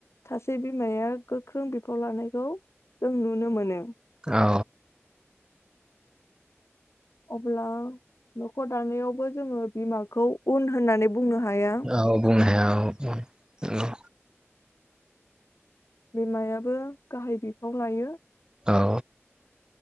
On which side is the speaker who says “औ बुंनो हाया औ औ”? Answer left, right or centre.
Right